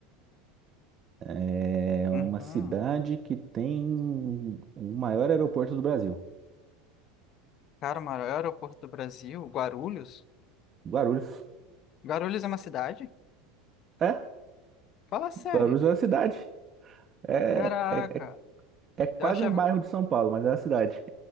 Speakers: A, on the right; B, on the left.
A: É uma
B: Uhum.
A: cidade que tem o maior aeroporto do Brasil.
B: Cara, o maior aeroporto do Brasil, Guarulhos?
A: Guarulhos.
B: Guarulhos é uma cidade?
A: É,
B: Fala sério.
A: Guarulhos é uma cidade. É,
B: Caraca.
A: é, é é quase
B: Eu achava
A: um bairro
B: que...
A: de São Paulo, mas é uma cidade.